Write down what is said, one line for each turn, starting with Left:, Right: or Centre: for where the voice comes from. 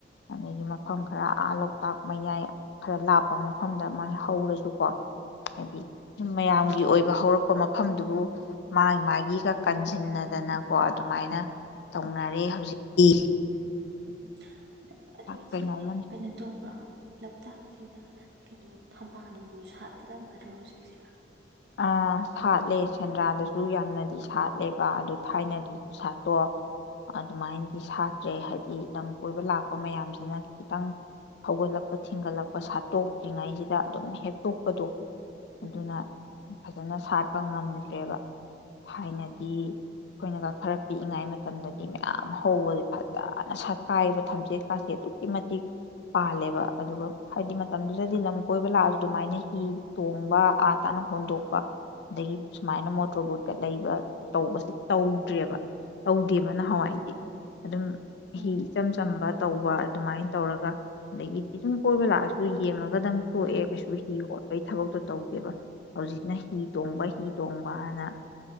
Left: ꯑꯗꯒꯤ ꯃꯐꯝ ꯈꯔ ꯑꯥ ꯂꯣꯛꯇꯥꯛ ꯃꯌꯥꯏ ꯈꯔ ꯂꯥꯞꯄ ꯃꯐꯝꯗ ꯃꯥꯥꯏ ꯍꯧꯔꯁꯨꯀꯣ ꯍꯥꯏꯗꯤ ꯁꯨꯝ ꯃꯌꯥꯝꯒꯤ ꯑꯣꯏꯕ ꯍꯧꯔꯛꯄ ꯃꯐꯝꯗꯨꯕꯨ ꯃꯥꯒꯤ ꯃꯥꯒꯤꯒ ꯀꯟꯁꯤꯟꯅꯗꯅ ꯀꯣ ꯑꯗꯨꯃꯥꯏꯅ ꯇꯧꯅꯔꯦ ꯍꯧꯖꯤꯛꯇꯤ
Right: ꯎꯝ ꯑꯗꯣ ꯏꯆꯦ
Left: ꯀꯩꯅꯣꯝꯃ
Right: ꯀꯩꯅꯣ ꯇꯧ ꯭ꯔ ꯂꯣꯛꯇꯥꯛꯁꯤꯗ ꯀꯩꯅꯣ ꯊꯝꯕꯥꯜꯒꯨꯝꯕꯁꯨꯠꯂꯝꯝꯃꯗ꯭ꯔꯣ ꯍꯧꯖꯤꯛꯁꯦ
Left: ꯑ ꯁꯥꯠꯂꯦ ꯁꯦꯟꯗ꯭ꯔꯥꯗꯁꯨ ꯌꯥꯝꯅꯗꯤ ꯁꯥꯠꯂꯦꯕ ꯑꯗꯨ ꯊꯥꯏꯅꯒꯤ ꯄꯁꯥꯠꯇꯣ ꯑꯗꯨꯃꯥꯏꯅꯗꯤ ꯁꯥ ꯍꯥꯏꯗꯤ ꯂꯝ ꯀꯣꯏꯕ ꯂꯥꯛꯄ ꯃꯌꯥꯝꯁꯤꯅ ꯈꯤꯇꯪ ꯍꯧꯒꯠꯂꯛꯄ ꯊꯤꯡꯒꯠꯂꯛꯄ ꯁꯥꯠꯇꯣꯛꯇ꯭ꯔꯤꯉꯩꯁꯤꯗ ꯑꯗꯨꯝ ꯍꯦꯛꯇꯣꯛꯄꯗꯣ ꯑꯗꯨꯅ
Right: ꯎꯝ
Left: ꯐꯖꯅ ꯁꯥꯠꯄ ꯉꯝꯗ꯭ꯔꯦꯕ ꯊꯥꯏꯅꯗꯤ ꯑꯩꯈꯣꯏꯅꯒ ꯈꯔ ꯄꯤꯛꯏꯉꯩ ꯃꯇꯝꯗꯗꯤ ꯃꯌꯥꯝ ꯍꯧꯕꯁꯦ ꯐꯖꯅ ꯁꯛ ꯀꯥꯏꯕ ꯊꯝꯆꯦꯠꯀꯥꯁꯦꯠ ꯑꯗꯨꯛꯀꯤ ꯃꯇꯤꯛ ꯄꯥꯜꯂꯦꯕ ꯑꯗꯨꯒ ꯍꯥꯏꯗꯤ ꯃꯇꯝꯗꯨꯗꯗꯤ ꯂꯝ ꯀꯣꯏꯕ ꯂꯥꯛꯑꯁꯨ ꯑꯗꯨꯃꯥꯏꯅ ꯍꯤ ꯇꯣꯡꯕ ꯑꯥꯠ ꯍꯞꯇꯥꯅ ꯍꯣꯟꯗꯣꯛꯄ ꯑꯗꯒꯤ ꯁꯨꯃꯥꯏꯅ ꯃꯣꯇꯣꯔ ꯕꯣꯠꯀ ꯂꯩꯕ ꯇꯧꯕꯁꯦ ꯇꯧꯗ꯭ꯔꯦꯕ ꯇꯧꯗꯦꯕ ꯅꯍꯥꯟꯋꯥꯏꯗꯤ ꯑꯗꯨꯝ
Right: ꯎꯝ
Left: ꯍꯤ ꯏꯆꯝ ꯆꯝꯕ ꯇꯧꯕ ꯑꯗꯨꯃꯥꯏꯅ ꯇꯧꯔꯒ ꯑꯗꯒꯤꯗꯤ ꯁꯨꯝ ꯀꯣꯏꯕ ꯂꯥꯛꯑꯁꯨ ꯌꯦꯡꯉꯒꯗꯪ ꯇꯣꯛꯑꯦ ꯀꯩꯁꯨ ꯍꯤ ꯍꯣꯠꯄꯒꯤ ꯊꯕꯛꯇꯣ ꯇꯧꯗꯦꯕ ꯍꯧꯖꯤꯛꯅ ꯍꯤ ꯇꯣꯡꯕ ꯍꯤ ꯇꯣꯡꯕꯅ